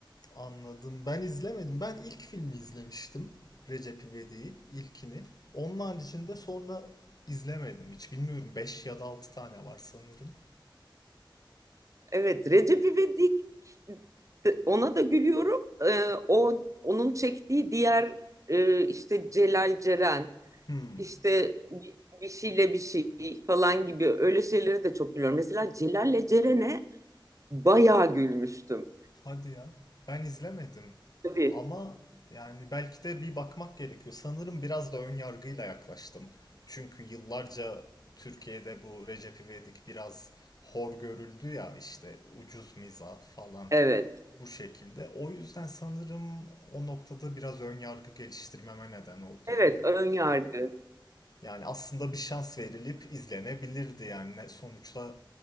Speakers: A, on the left (about 50°); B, on the right (about 40°).
A: anladım. Ben izlemedim. Ben ilk filmi izlemiştim. Recep İvedik'i ilkini. Onun haricinde sonra izlemedim hiç. Bilmiyorum Beş ya da altı tane var sanırım.
B: Evet, Recep İvedik e, ona da gülüyorum. Ee, o onun çektiği diğer e, işte Celal Ceren
A: Hmm,
B: işte bir şeyle bir şey falan gibi öyle şeylere de çok gülüyorum. Mesela Celal'le Ceren'e bayağı gülmüştüm.
A: hadi ya. Ben izlemedim
B: Tabii.
A: ama yani belki de bir bakmak gerekiyor. Sanırım biraz da ön yargıyla yaklaştım. Çünkü yıllarca Türkiye'de bu Recep İvedik biraz hor görüldü ya işte ucuz mizah falan
B: Evet.
A: bu şekilde. O yüzden sanırım o noktada biraz ön yargı geliştirmeme neden oldu
B: Evet,
A: bu.
B: ön yargı.
A: Yani aslında bir şans verilip izlenebilirdi yani Ne- sonuçta